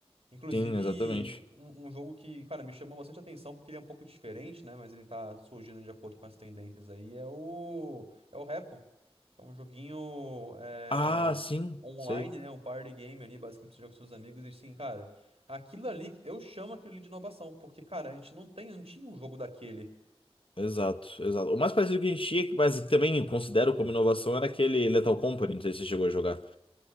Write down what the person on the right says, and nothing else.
Inclusive,
um, um jogo que, cara, me chamou bastante atenção porque ele é um pouco diferente, né? Mas ele tá surgindo de acordo com as tendências aí. É o, é o Repo, que é um joguinho é,
online,
né? Um party game ali, basicamente você joga com seus amigos. E assim, cara, aquilo ali, eu chamo aquilo ali de inovação, porque, cara, a gente não tem, não tinha um jogo daquele.